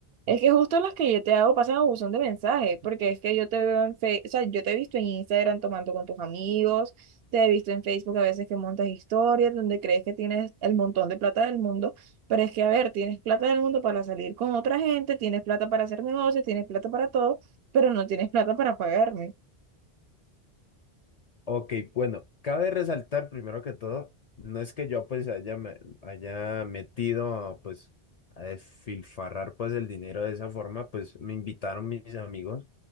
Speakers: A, on the right; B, on the left.
A: Es que justo las que yo te hago pasan a buzón de mensajes, porque es que yo te veo en Facebook, o sea, yo te he visto en Instagram tomando con tus amigos, te he visto en Facebook a veces que montas historias donde crees que tienes el montón de plata del mundo, pero es que, a ver, tienes plata del mundo para salir con otra gente, tienes plata para hacer negocios, tienes plata para todo, pero no tienes plata para pagarme.
B: Ok, bueno, cabe resaltar primero que todo, no es que yo pues haya, me- haya metido pues a desfilfarrar pues el dinero de esa forma, pues me invitaron mis amigos